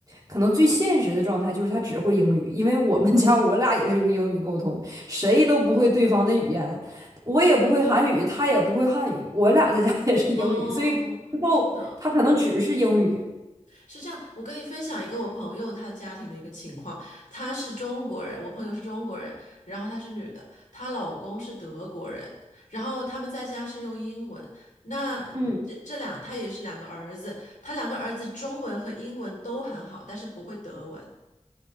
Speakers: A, on the right; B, on the left.
A: 可能最现实的状态就是他只会英语，因为我们家我俩也是用英语沟通，谁都不会对方的语言，我也不会韩语，他也不会汉语，我俩在家 <laughs> 也是英语，
B: 嗯，
A: 所以之后他可能只是英语。
B: 是的。是这样，我跟你分享一个我朋友她家庭的一个情况，她是中国人，我朋友是中国人，然后她是女的，她老公是德国人，然后他们在家是用英文。那嗯这这两，
A: 嗯，
B: 她也是两个儿子，她两个儿子中文和英文都很好，但是不会德文。